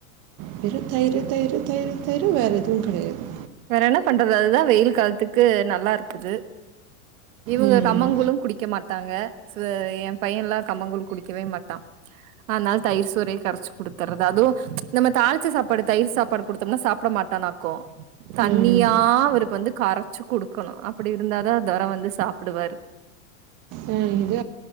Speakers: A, on the right (about 45°); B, on the right (about 70°).
A: வெறும் தயிரு தையிரு தையிரு தையிரு வேறு எதுவும் கெடையாது
B: வேற என்ன பண்றது அதுதான் வெயில் காலத்துக்கு நல்லா இருக்குது இவுங்க
A: ம்
B: கம்மங்கூலும் குடிக்க மாட்டாங்க ஐஸ் வேர் என் பையன்லாம் கம்மங்கூல் குடிக்கவே மாட்டான் ஆனால தயிர் சோறைய கரச்சி குடுத்துர்றது அதுவும் நம்ம ச்சி தாளிச்சி சாப்பாடு தயிர் சாப்பாடு கொடுத்தோம்னா சாப்பிட மாட்டானாக்கும் தண்ணியா
A: ம்
B: அவருக்கு வந்து கரச்சு குடுக்கணும் அப்படி இருந்தா தொர வந்து சாப்டுவாரு
A: ஆ இது